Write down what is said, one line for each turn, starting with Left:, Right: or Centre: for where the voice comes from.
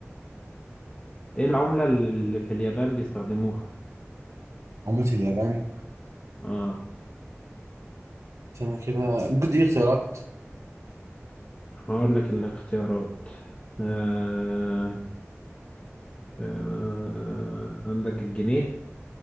Left: ايه العمله اللي في اليابان بيستخدموها
Right: عملة اليابان
Left: اه
Right: استنى كده ممكن تديني اختيارات
Left: هقول لك الاختيارات آه. آه. عندك الجنيه